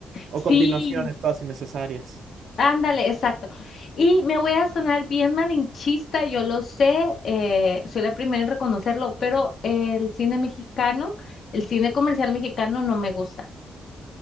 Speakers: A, on the right; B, on the left.
A: O
B: Sí,
A: continuaciones todas innecesarias.
B: ándale, exacto. Y me voy a sonar bien malinchista, yo lo sé, eh, soy la primera en reconocerlo, pero el cine mexicano, el cine comercial mexicano no me gusta.